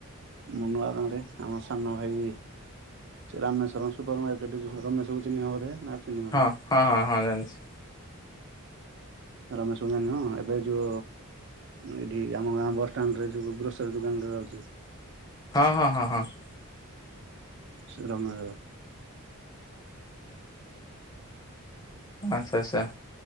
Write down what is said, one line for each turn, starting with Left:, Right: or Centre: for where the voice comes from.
Right: ମୁଁ ନୁଆ ଗାଁ ରେ ଆମ ସାନ ଭାଇ ସେ ରାମେଶ୍ୱର ସୁପର ମାର୍କେଟ ରେ ମୋ ଘର ରମେଶକୁ ଚିହ୍ନବ ବଧେ ଚିହ୍ନିବନି
Left: ହଁ,
Right: ନା
Left: ହଁ ହଁ ହଁ, ଜାଣିଛି।
Right: ରମେଶ କୁ ଜାଣିବ। ଏବେ ଯୋ ଏଇଠି ଆମ ଗାଁ ବସଷ୍ଟାଣ୍ଡରେ ଯୋ ଗ୍ରୋସରୀ ଦୋକାନ ରେ ରହୁଛି।
Left: ହଁ, ହଁ, ହଁ, ହଁ।
Right: ସେ ରମ ଦା
Left: ଆଚ୍ଛା ଆଚ୍ଛା।